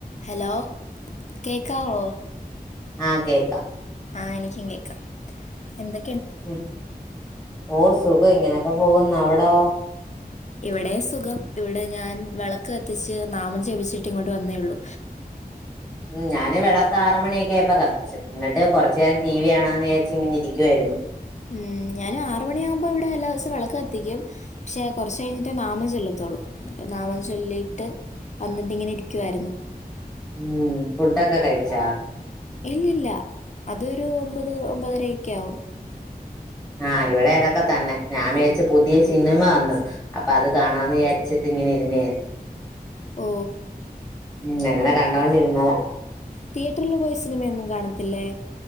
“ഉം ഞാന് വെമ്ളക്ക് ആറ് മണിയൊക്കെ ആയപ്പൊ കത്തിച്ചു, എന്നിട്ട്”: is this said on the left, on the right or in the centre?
Centre